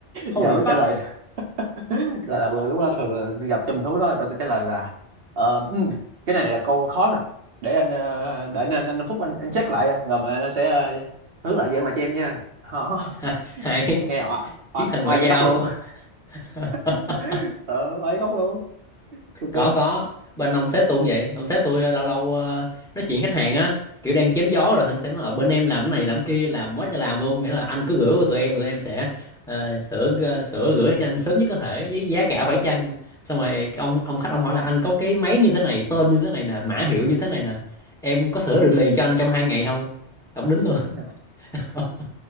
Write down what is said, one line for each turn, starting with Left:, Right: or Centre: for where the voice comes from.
Centre: Holy
Right: giờ mới
Centre: fuck.
Right: trả lời <laughs> là là vừa lúc đó thường là gặp chùm thú đó tao sẽ trả lời là ờ, ừ, cái này là câu khó nè để anh ờ, để anh anh, anh Phúc anh, anh check lại rồi mà anh sẽ ờ, hướng lại dạng lại cho em nha Hả?
Centre: <laughs> hay hay.
Right: <laughs> nghe oai oai
Centre: chiến thần ngoại
Right: oai
Centre: giao
Right: như cóc luôn
Centre: <laughs>
Right: <laughs> ờ oai như cóc luôn Tôi
Centre: có
Right: kinh
Centre: có bên ông sếp tôi cũng vậy ông sếp tôi ờ, lâu lâu ờ, nói chuyện khách hàng á kiểu đang chém gió rồi hắn sẽ nói ở bên em làm cái này làm kia làm quá trời làm luôn nghĩa là anh cứ gửi qua tụi em tụi em sẽ ờ, sửa sửa gửi cho anh sớm nhất có thể với giá cả phải chăng xong rồi ông ông khách ông hỏi là anh có cái máy như thế này tên như thế này nè mã hiệu như thế này nè em có sửa được liền cho anh trong hai ngày không ông đính luôn
Right: ừ
Centre: <laughs>